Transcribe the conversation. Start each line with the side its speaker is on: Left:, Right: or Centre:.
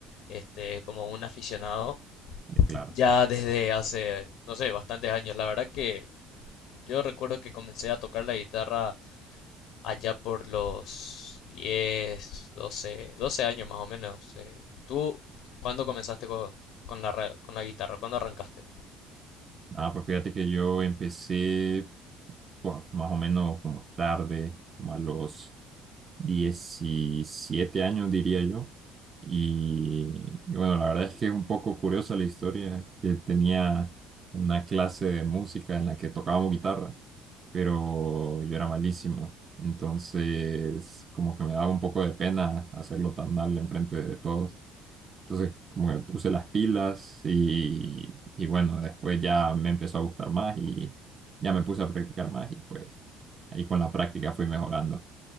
Left: este, como un aficionado.
Right: Eh, Claro.
Left: ya desde hace, no sé, bastantes años. La verdad que yo recuerdo que comencé a tocar la guitarra allá por los 10 doce doce años más o menos. Eh, ¿tú cuándo comenzaste con, con la, ra- con la guitarra? ¿Cuándo arrancaste?
Right: Ah, pues fíjate que yo empecé pues, más o menos como tarde, como a los 17 años, diría yo. Y, y bueno, la verdad es que es un poco curiosa la historia, es que tenía una clase de música en la que tocábamos guitarra, pero yo era malísimo. Entonces, como que me daba un poco de pena hacerlo tan mal enfrente de todos. Entonces, como que me puse las pilas y, y bueno, después ya me empezó a gustar más y ya me puse a practicar más y pues ahí con la práctica fui mejorando.